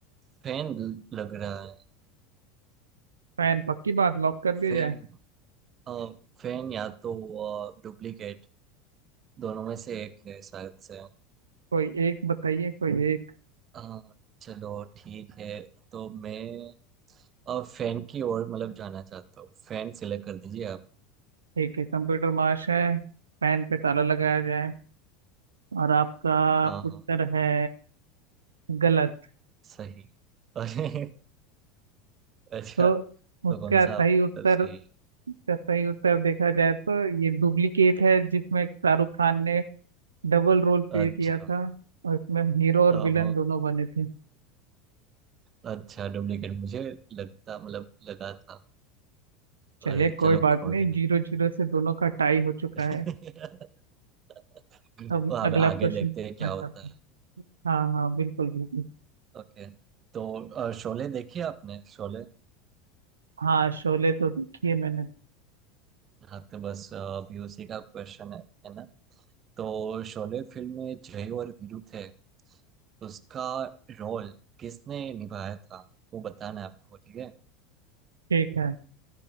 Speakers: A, on the right; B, on the right.
A: फैन लग रहा है
B: फैन पक्की बात लॉक कर दिया
A: फैन
B: जाए
A: हाँ, फैन या तो डुप्लीकेट दोनों में से एक है शायद से
B: कोई एक बताइए कोई एक
A: अ, चलो ठीक है तो मैं और फैन की ओर मतलब जाना चाहता हूँ फैन सिलेक्ट कर दीजिए आप
B: ठीक है कंप्यूटर मार्श है पेन पे ताला लगाया जाए और आपका
A: हाँ
B: उत्तर
A: हाँ
B: है गलत
A: सही अरे अच्छा
B: तो
A: तो
B: उसका
A: कौन
B: सही
A: सा आप
B: उत्तर
A: तो सही
B: उसका सही उत्तर देखा जाए तो ये डुप्लीकेट है जिसमें शाहरुख खान ने डबल रोल प्ले
A: अच्छा
B: किया था और इसमें हीरो और
A: हाँ
B: विलन दोनों बने थे
A: अच्छा डुप्लीकेट मुझे लगता मतलब लगा था
B: चलिए
A: अरे चलो
B: कोई बात
A: कोई
B: नहीं
A: नहीं
B: जीरो जीरो से दोनों का टाई हो चुका
A: <laughs>
B: है
A: तो
B: अब अगला
A: अब आगे
B: प्रश्न
A: देखते हैं क्या
B: मैं करता
A: होता
B: हूँ।
A: है
B: हाँ हाँ बिल्कुल बिल्कुल
A: ओके तो अ, शोले देखी आपने शोले
B: हाँ शोले तो देखी है मैंने
A: हाँ तो बस अभी उसी का क्वेश्चन है है ना तो शोले फिल्म में जय और वीरू थे उसका रोल किसने निभाया था वो बताना है आपको ठीक है
B: ठीक है